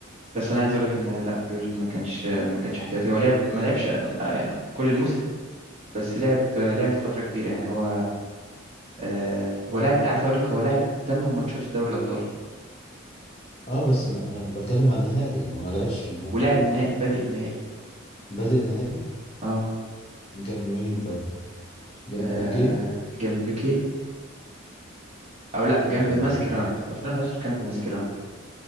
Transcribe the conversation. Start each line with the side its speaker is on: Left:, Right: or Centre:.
Right: بس انا عايز اقول لك ان لا بيول ما كانش ما كانش احتياطي هو لعب ما لعبش آه، يعني كل الموسم بس لعب لعب فترة كبيرة يعني هو آه، هو لاعب عارف اقول لك هو لاعب 8 ماتشات في دوري الابطال
Left: اه بس ما أنا بتكلم عن النهائي هو ما لعبش في النهائي
Right: ولاعب النهائي بادئ النهائي
Left: بادئ النهائي
Right: اه
Left: جنب مين طيب؟ جنب
Right: آه
Left: بيكيه
Right: جنب بيكي او لا جنب
Left: آه
Right: ماسكيران في 2011 جنب ماسكيران